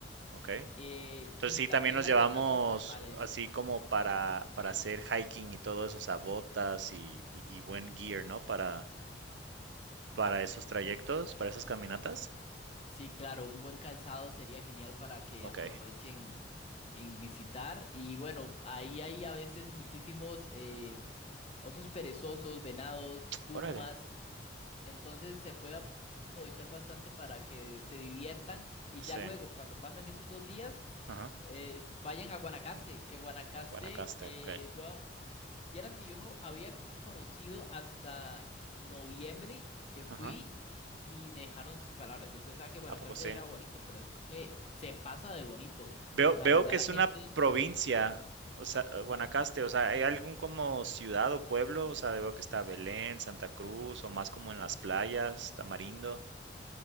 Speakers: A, on the right; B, on the left.
A: ok.
B: eh,
A: Entonces
B: y
A: sí,
B: también
A: también nos
B: las
A: llevamos
B: aguas termales.
A: así como para, para hacer hiking y todo eso, o sea, botas y, y- y buen gear, ¿no? Para, para esos trayectos, para esas caminatas.
B: Sí, claro, un buen calzado sería genial para que
A: Ok,
B: aprovechen en visitar. Y bueno, ahí hay a veces muchísimos eh, osos perezosos, venados, pumas.
A: órale,
B: Entonces se puede apro- aprovechar bastante para que se diviertan y
A: sí,
B: ya luego, cuando pasan esos dos días,
A: ajá,
B: eh, s- vayan a Guanacaste, que Guanacaste,
A: Guanacaste,
B: eh,
A: ok,
B: yo Vieras que yo no había conocido hasta noviembre que fui
A: ajá,
B: y me dejaron sin palabras. Yo pensaba que Guanacaste
A: ¿a poco sí?
B: era bonito, pero es que se pasa de bonito.
A: Veo,
B: La
A: veo
B: verdad,
A: que
B: la
A: es
B: gente,
A: una provincia, o sea, Guanacaste, o sea, ¿hay algún como ciudad o pueblo? O sea, veo que está Belén, Santa Cruz, o más como en las playas, Tamarindo,